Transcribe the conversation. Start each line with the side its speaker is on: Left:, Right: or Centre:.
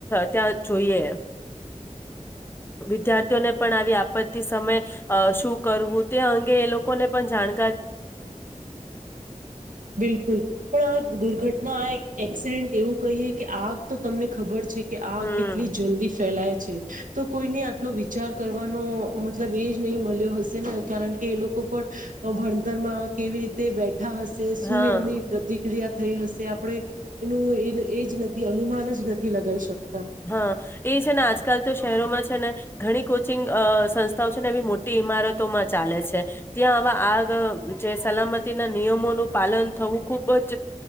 Left: ત્યાં જોઈએ વિદ્યાર્થીઓને, પણ આવી આપત્તિ સમય શું કરવું તે અંગે એ લોકો લોકોને પણ જાણ
Right: બિલકુલ પણ, આ દુર્ઘટ ના, આ એક એક્સિડેન્ટ એવું કહીએ કે આગ, તો તમને ખબર છે. કે આ
Left: હમ
Right: કેટલી જલ્દી ફેલાય તો કોઈને આટલો વિચાર કરવાનો મતલબ, એ જ નહી, મળ્યો હશે ને કારણ કે એ લોકો ભણતરમા કેવી રીતે બેઠા હશે, શું
Left: હા
Right: એમની પ્રતિક્રિયા થઈ, હશે આપણે એનું એ એ જ નથી, અનુમાન જ નથી, લગાવી શક
Left: હા, એ છેને આજકાલ તો શહેરોમાં છેને, ઘણી કોચિંગ સંસ્થા છે, ને એ મોટી ઈમારતો માં ચાલે છે, ત્યાં આવા આગ જે સલામત ની, ના નિયમોનું પાલન થવું ખુબજ